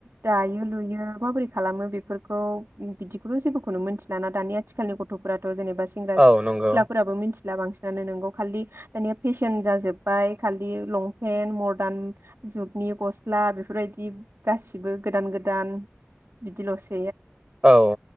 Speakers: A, on the right; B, on the right.
A: दायो लुयो माबोरै खालामो बेफोरखौ बिदिखौथ जेबोखौनो मोनथि लाना दानि आथिालनि गथफोरा जेनेबा सेंग्रा
B: औ
A: सिख्लाफोराबो
B: नंगौ
A: मिथि <unintelligible> <unintelligible> बांसिन नंगौ खालि दानिया फेसन जोजोबबाय <unintelligible> <unintelligible> लंपेन्ट मदार्न जुगनि गस्ला बेफोरबादि गासिबो गोदान गोदान बिदिलसै ।
B: औ